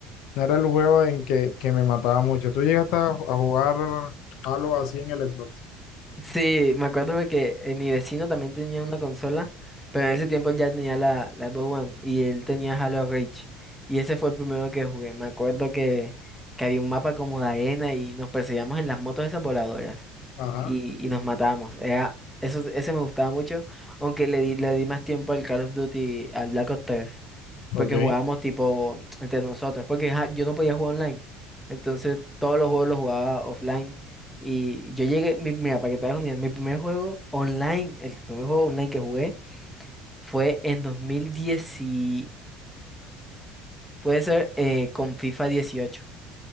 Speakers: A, on the left; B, in the centre.
A: no era el juego en que, que me mataba mucho. ¿Tú llegaste a, a jugar algo así en el Xbox?
B: Sí, me acuerdo porque eh, mi vecino también tenía una consola, pero en ese tiempo él ya tenía la, la Xbox One y él tenía Halo Reach. Y ese fue el primero que jugué. Me acuerdo que, que había un mapa como de arena y nos perseguíamos en las motos esas voladoras
A: Ajá.
B: y, y nos matábamos. Era, eso, ese me gustaba mucho, aunque le di, le di más tiempo al Call of Duty, al Black Ops tres.
A: Ok,
B: porque jugábamos tipo entre nosotros, porque ajá, yo no podía jugar online. Entonces todos los juegos los jugaba offline. Y yo llegué, mi- mira, para que te hagas una idea, mi primer juego online, el primer juego online que jugué fue en dos mil dieciocho puede ser eh, con FIFA dieciocho